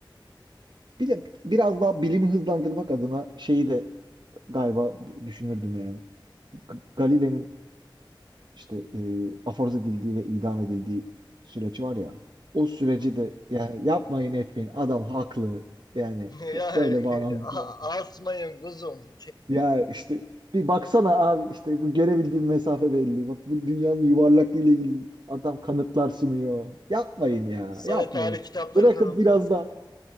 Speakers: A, on the right; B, on the left.
A: Bir de biraz daha bilimi hızlandırmak adına şeyi de galiba d- düşünürdüm yani. G- Galile'nin işte e, aforoz edildiği ve idam edildiği süreci var ya. O süreci
B: Hı hı.
A: de yani yapmayın etmeyin adam haklı. Yani
B: <laughs> ya
A: b- böyle bağnazlık
B: a-
A: olmaz.
B: asmayın kuzum. <laughs>
A: Ya işte bir baksana abi işte bu görebildiğim mesafe belli. Bak bu dünyanın yuvarlaklığı ile ilgili adam kanıtlar sunuyor. Yapmayın ya
B: Sonra
A: yapmayın.
B: tarih kitaplarından
A: Bırakın
B: okuyoruz.
A: biraz da